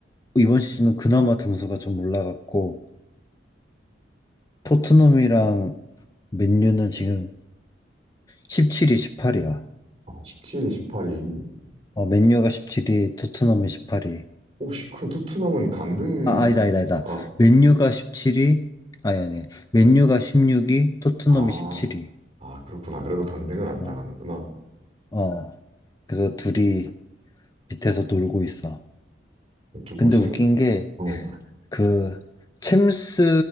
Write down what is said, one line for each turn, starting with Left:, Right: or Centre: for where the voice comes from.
Left: 이번 시즌은 그나마 등수가 좀 올라갔고 토트넘이랑 맨유는 지금 17위, 18위야.
Right: 아, 17일, 18일.
Left: 어, 맨유가 17위, 토트넘이 18위.
Right: 혹시 그럼 토트넘은 강등
Left: 아, 아니다, 아니다, 아니다.
Right: 아,
Left: 맨유가 17위, 아니, 아니. 맨유가 16위, 토트넘이
Right: 아,
Left: 17위.
Right: 아 그렇구나. 그래도 강등은 안
Left: 어,
Right: 당하는구나.
Left: 어. 그래서 둘이 밑에서 놀고 있어.
Right: 조금
Left: 근데
Right: 심
Left: 웃긴 게
Right: 어,
Left: 그 챔스,